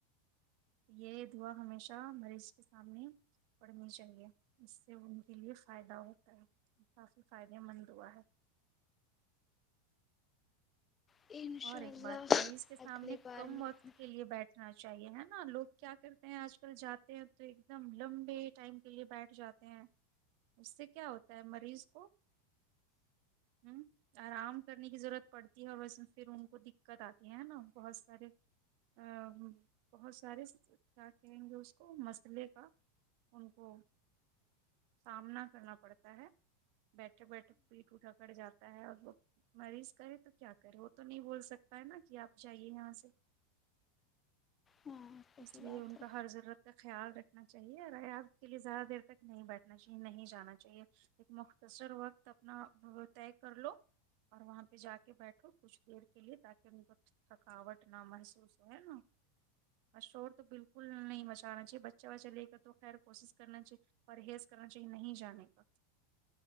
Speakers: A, on the right; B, on the left.
A: یہ دعا ہمیشہ مریض کے سامنے پڑھنی چاہیے اس سے ان کے لیے فائدہ ہوتا ہے کافی فائدے مند دعا ہے
B: انشاء
A: اور ایک
B: اللہ
A: بات مریض کے سامنے
B: اگلی بار
A: کم
B: ملیں
A: وقت کے لیے بیٹھ چاہیے ہے نا لوگ کیا کرتے ہیں آج کل جاتے ہیں تو ایک دم لمبے ٹائم کے لیے بیٹھ جاتے اس سے کیا ہوتا ہے مریض کو ہ آرام کرنے کی ضرورت پڑتی ہے اور بس پھر ان کو دقت آتی ہے نا بہت سارے ا بہت سارے کیا کہیں گے اس کو مسئلے کا ان کو سامنا کرنا پڑتا ہے بیٹھے بیٹھے پیٹ اکڑ جاتا ہے اور وہ مریض کرے تو کیا کرے وہ تو نہیں بول سکتا ہے نا کہ آپ جائیے یہاں سے
B: ہاں صحیح
A: اس لیے
B: بات
A: ان
B: ہے
A: کا ہر ضرورت کا خیال رکھنا چاہیے رایات کے لیے زیادہ دیر تک نہیں بیٹھنا چاہیے نہیں جانا چاہیے ایک مختصر وقت اپنا طے کر لو اور وہاں پہ جا کے بیٹھو کچھ دیر کے لیے تاکہ ان کو تھکاوٹ نہ محسوس ہوئے نا اور شور تو بالکل نہیں بچانا چاہے بچے بچہ لے کر تو خیر کوشش کرنا چاہیے پرہیز کرنا چاہیے نہیں جانے کا